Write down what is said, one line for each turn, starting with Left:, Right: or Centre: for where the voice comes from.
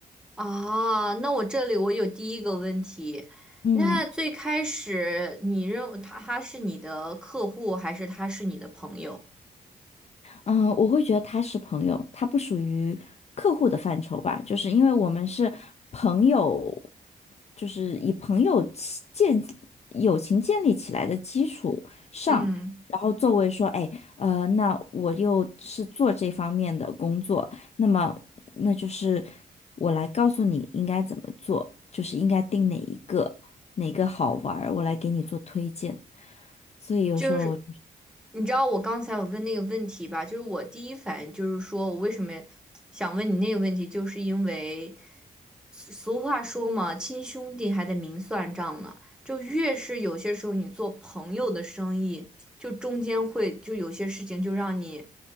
Centre: 啊，那我这里我有第一个问题，
Left: 嗯，
Centre: 那最开始你认为他他是你的客户还是他是你的朋友？
Left: 嗯，呃我会觉得他是朋友，他不属于客户的范畴吧，就是因为我们是朋友，就是以朋友起建友情建立起来的基础上，
Centre: 嗯。
Left: 然后作为说，哎，呃，那我又是做这方面的工作，那么那就是我来告诉你应该怎么做，就是应该定哪一个哪个好玩儿我来给你做推荐，所以有时候。
Centre: 就是你知道我刚才我问那个问题吧，就是我第一反应就是说我为什么想问你那个问题，就是因为俗俗话说嘛，亲兄弟还得明算账呢。就越是有些时候你做朋友的生意，就中间会就有些事情就让你